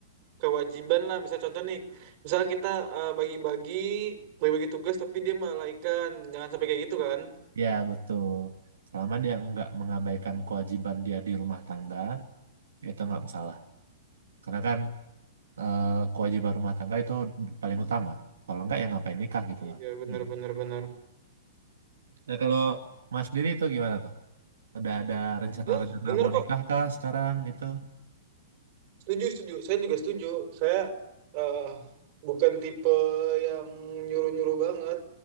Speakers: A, on the right; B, on the right.
A: kewajiban lah. Misal contoh nih, misal kita eh, bagi-bagi bagi-bagi tugas tapi dia melalaikan, jangan sampai kayak gitu kan.
B: ya betul. Selama dia nggak mengabaikan kewajiban dia di rumah tangga itu nggak masalah. Karena kan eh, kewajiban rumah tangga itu paling utama. Kalau nggak ya ngapain nikah gitu
A: Iya
B: lah.
A: benar-benar
B: Hmm.
A: benar. benar, benar.
B: Nah kalau Mas sendiri itu gimana tuh? Udah ada rencana-rencana
A: Ya, benar
B: mau
A: kok.
B: nikah kah sekarang gitu?
A: Setuju, setuju. Saya juga setuju. Saya eh, bukan tipe yang nyuruh-nyuruh banget